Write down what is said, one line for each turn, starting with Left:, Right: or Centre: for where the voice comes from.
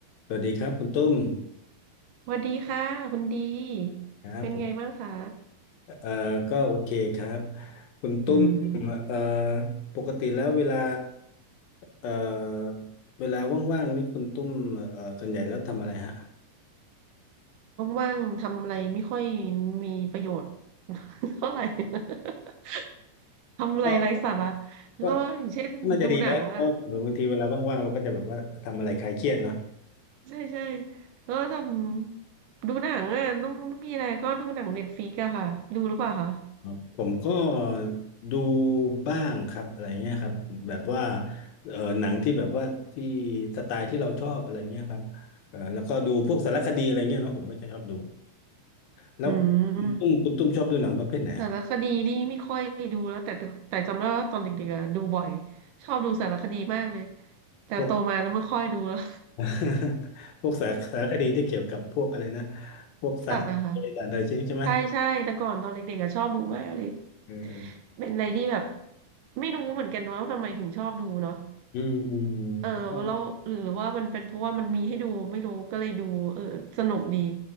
Left: สวัสดีครับคุณตุ้ม
Right: สวัสดีค่ะคุณดี
Left: ครับผม
Right: เป็นไงบ้างคะ
Left: เอ่อก็โอเคครับคุณตุ้ม
Right: อืม
Left: เอ่อปกติแล้วเวลาเอ่อเวลาว่างๆนี่คุณตุ้มเอ่อส่วนใหญ่แล้วทำอะไรฮะ
Right: ว่างๆทำอะไรไม่ค่อยมีประโยชน์ <laughs> เท่าไหร่ <laughs> ทำอะไรไร้สาระ
Left: ก็ก็
Right: ก็อย่างเช่นดูหนังอ่ะ
Left: น่าจะดีนะเพราะบางทีเวลาว่างๆเราก็จะแบบว่าทำอะไรคลายเครียดเนาะ
Right: ใช่ใช่แล้วก็ทำดูหนังอ่ะต้องมีอะไรก็ดูหนังเน็ตฟ i ิกอะค่ะดูหรือเปล่าคะ
Left: ครับผมก็ดูบ้างครับอะไรเงี้ยครับแบบว่าเอ่อหนังที่แบบว่าที่สไตล์ที่เราชอบอะไรเงี้ยครับเอ่อแล้วก็ดูพวกสารคดีอะไรเงี้ยเนาะผมก็จะชอบดู แล้วคุณตุ้มคุณตุ้มชอบดูหนังประเภทไหนฮะ
Right: อืมสารคดีนี่ไม่ค่อยดูแล้วแต่แต่จำได้ว่าตอนเด็กๆอะดูบ่อยชอบดูสารคดีมากเลยแต่โตมาแล้วไม่ค่อยดูแล้ว
Left: พวก <laughs> พวกสารสารคดีที่เกี่ยวกับพวกอะไรนะพวกสัตว์อะไรต่างๆใช่ไหม
Right: <laughs> สัตว์อะคะ ใช่ใช่แต่ก่อนตอนเด็กๆอะชอบดูมากเลย
Left: เออเออ
Right: เป็นอะไรที่แบบไม่รู้เหมือนกันว่าทำไมถึงชอบดูเนาะ
Left: อืมอืมอืมผมก็
Right: เออแล้วหรือว่ามันเป็นเพราะว่ามันมีให้ดูไม่รู้ก็เลยดูเออสนุกดี